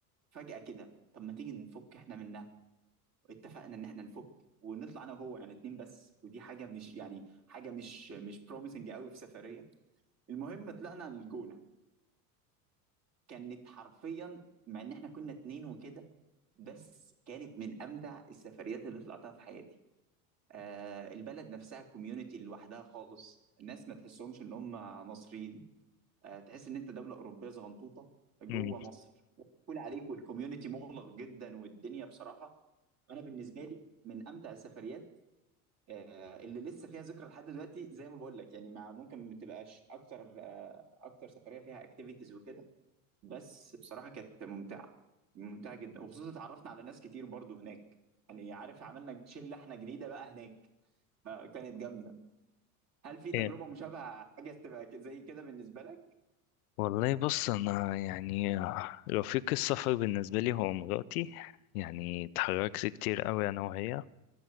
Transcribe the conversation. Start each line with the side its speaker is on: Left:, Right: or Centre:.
Right: فجاه كده طب ما تيجي نفك احنا منها اتفقنا ان احنا نفك ونطلع انا وهو يعني اتنين بس ودي حاجه مش يعني حاجه مش مش بروميسنج قوي في سفريه المهم طلعنا الجونه كانت حرفيا مع ان احنا كنا اتنين وكده بس كانت من امتع السفريات اللي طلعتها في حياتي آه البلد نفسها كوميونتي لوحدها خالص الناس ما تحسهمش ان هم مصريين آه تحس ان انت دوله اوروبيه صغنطوطه جوه
Left: مم.
Right: مصر كل عليك والكوميونتي مغلق جدا والدنيا بصراحه انا بالنسبه لي من امتع السفريات آه اللي لسه فيها ذكرى لحد دلوقتي زي ما بقول لك يعني مع ممكن ما تبقاش اكتر آه اكتر سفريه فيها اكتيفيتيز وكده بس بصراحة كانت ممتعة ممتعة جدا وخصوصا اتعرفنا على ناس كتير برضو هناك يعني عارف عملنا شلة احنا جديدة بقى هناك فكانت جامدة هل في تجربة
Left: إيه.
Right: مشابهة حاجة تبقى ك- زي كده بالنسبة لك؟
Left: والله بص أنا يعني آه، رفيق السفر بالنسبة لي هو مراتي يعني اتحركت كتير قوي أنا وهي